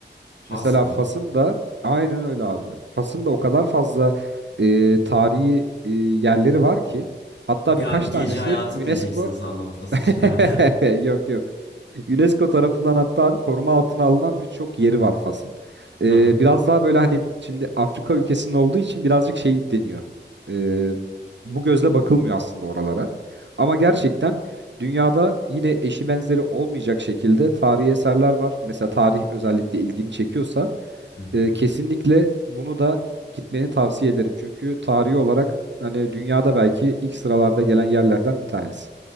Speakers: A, on the left (about 70°); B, on the right (about 75°).
A: Fas
B: Mesela
A: mı?
B: Fas'ın da aynen öyle abi. Fas'ın da o kadar fazla e, tarihi e, yerleri var ki hatta
A: Bir
B: birkaç
A: an gece
B: tanesi
A: hayatı
B: UNESCO
A: diyeceksin sandım Fas
B: <laughs>
A: için ha.
B: yok yok. UNESCO tarafından hatta abi koruma altına alınan birçok yeri var Fas'ın. E,
A: <laughs> Hı hı.
B: biraz daha böyle hani şimdi Afrika ülkesinin olduğu için birazcık şey deniyor. E, bu gözle bakılmıyor aslında oralara. Ama gerçekten Dünyada yine eşi benzeri olmayacak şekilde tarihi eserler var. Mesela tarih özellikle ilgini çekiyorsa
A: Hı hı.
B: e, kesinlikle bunu da gitmeni tavsiye ederim. Çünkü tarihi olarak hani dünyada belki ilk sıralarda gelen yerlerden bir tanesi.